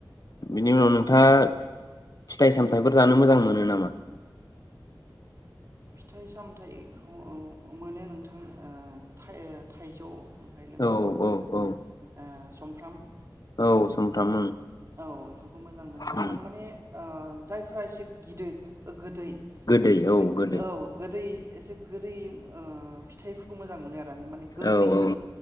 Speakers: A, on the left; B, on the right.
A: बिनि उनाव नोंथाङा फिथाइ सामथायाइफोर जानो मोजां मोनो नामा?
B: फिथाइ सामथायाइखौ मोनो नोंथां थाइ- थाइजौ ओमफ्राय लोगोसे
A: औ
B: बे
A: औ
B: ओ
A: औ
B: समफ्राम
A: औ समफ्राम ओं।
B: औ बेफोरखौ मोजां मोनो आरो
A: उम
B: आं माने ओ जायफोरा एसे गिदै गोदै
A: गोदै
B: बै
A: गोदै
B: औ गोदै एसे गोदै ओ फिथाइफोरखौ मोजां मोनो। माने गोखैखो
A: औ औ